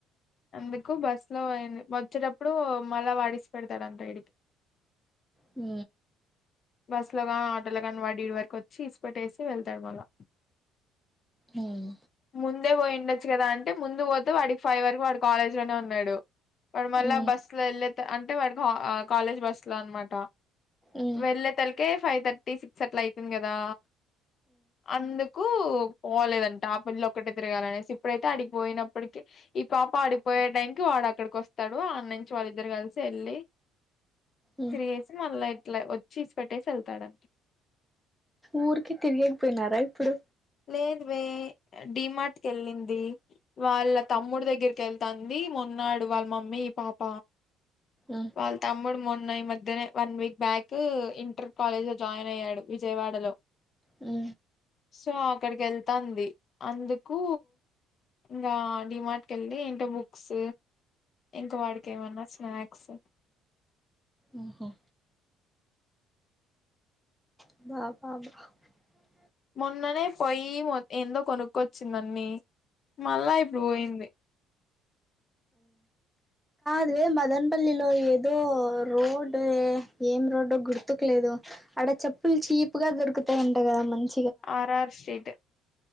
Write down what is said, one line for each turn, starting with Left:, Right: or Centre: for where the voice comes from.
Left: అందుకు బస్ లో అయింది వచ్చేటప్పుడు మళ్ళా వాడిసి పెడతాడుంటైడికి
Centre: హ
Left: బస్సు లో కాని ఆటోలో ని వాడిడి వరకు వచ్చి ఇసిపట్టేసి వెళ్తాడు మళ్ళా
Centre: ఉమ్
Left: ముందే పోయిండొచ్చు కదా అంటే ముందు పోతే వాడికి ఫైవ్ వరకు వాడు కాలేజ్ లోనే ఉన్నాడు వాడు మళ్ళా
Centre: ఉమ్
Left: బస్సు లో వెళ్ళ అంటే వాడికి కాలేజ్ బస్ లో అనమాట
Centre: ఉమ్
Left: వెళ్ళ తలక ఫైవ్ ర్టీ టీ సిక్స్ అట్లా అవుతుంది కదా అందుకు పోలేదంటే ఆ పెళ్ల్లి ఒక్కటే తిరగాలనేసి ఇప్పుడైతే అడిపోయినప్పటిక ఈ పాప ఆడిపోయే టైం వాడు అక్కడికి వస్తాడు అన్న నుంచి వాళ్ళిద్దరు కలిసి వెళ్ళలి
Centre: ఉమ్
Left: త్రీయేస్ మళ్ళా ఇట్లా వచ్చి తీసి పెట్టేసి వెళ్తాడంటడి
Centre: ఊరికి తిరిగకపోయినారా ఇప్పుడు
Left: లేదువే డిమాట్కి వెళ్ళింది వాళ్ళ తమ్ముడి దగ్గరికి వెళ్తాంది మన్నాడు వాళ్ళ మమ్మీ పాప
Centre: ఉమ్
Left: వాళ్ళ తమ్ముడు మొన్న ఈ మధ్యనే one week back inter college join అయ్యాడు విజయవాడలో
Centre: ఆ
Left: సో అక్కడికి వెళ్తాంది అందుకు ఇంకా డిమార్ట్ క వెళ్ి ఏంటో బుక్స్ ఇంకా వాడికి ఏమన్నా స్నాక్స్
Centre: ఆఓహో <unintelligible>
Left: మొన్ననే పొయి ఏందో కొనుక్కొచ్చిందన్నీ మళ్ళా ఇప్పుడు పోయింది
Centre: అది మదన్పల్లిలో ఏదో రోడ్ ఏం రోడ్ో గుర్తుకు లేదు అ చెప్పుల్ చీపుగా అదిొరుకుతాంట కదా మంది
Left: R R street